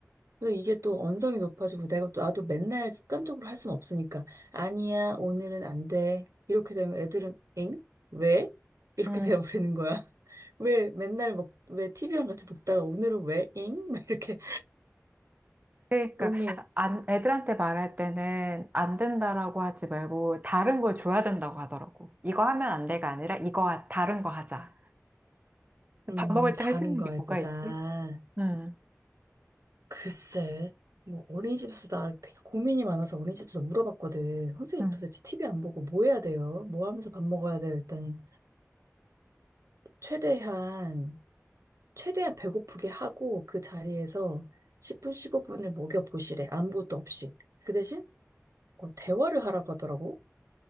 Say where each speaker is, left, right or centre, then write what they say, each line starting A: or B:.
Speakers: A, on the right (about 80°); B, on the right (about 30°).
A: 그래서 이게 또 언성이 높아지고 내가 또 나도 맨날 습관적으로 할 수는 없으니까 아니야, 오늘은 안 돼. 이렇게 되면 애들은 엥? 왜? 이렇게
B: 음.
A: 돼버리는 거야. <laughs> 왜 맨날 먹, 왜 TV랑 같이 먹다가 오늘은 왜 잉? <laughs> 막 이렇게
B: 그러니까
A: 너무
B: 안, 애들한테 말할 때는 안 된다라고 하지 말고 다른 걸 줘야 된다고 하더라고. 이거 하면 안 돼가 아니라 이거 하- 다른 거 하자.
A: 음,
B: 밥 먹을
A: 다른
B: 때 할 수 있는
A: 거
B: 게
A: 해보자.
B: 뭐가 있지? 응,
A: 글쎄, 뭐 어린이집에서 되게 고민이 많아서 어린이집에서 물어봤거든. 선생님
B: 응.
A: 도대체 TV 안 보고 뭐 해야 돼요? 뭐 하면서 밥 먹어야 돼요? 했더니 최대한, 최대한 배고프게 하고 그 자리에서 10분, 15분을 먹여보시래. 아무것도 없이. 그 대신, 어, 대화를 하라고 하더라고.